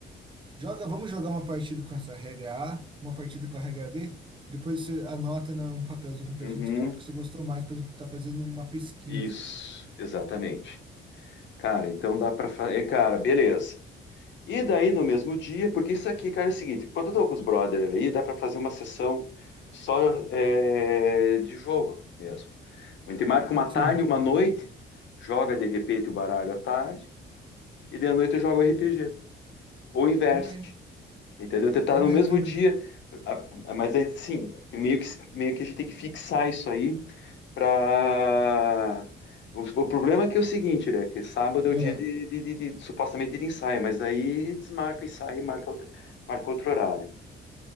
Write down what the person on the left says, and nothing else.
Uhum.
Isso,
exatamente. Cara, então dá pra fazer. Cara, beleza. E daí no mesmo dia, porque isso aqui, cara, é o seguinte: quando eu tô com os brothers aí, dá pra fazer uma sessão só é, de jogo mesmo. A gente marca uma tarde,
uma noite, joga de repente o baralho à tarde, e de noite eu jogo RPG. Ou inverte,
entendeu? Tentar
no mesmo
dia. a- a- Mas aí sim, meio que, meio que a gente tem que fixar isso aí Pra... O, o problema é que é o seguinte, né? Que sábado é
o dia de, de- de- de- supostamente de ensaio, mas aí desmarca o ensaio e marca outro, marca outro horário,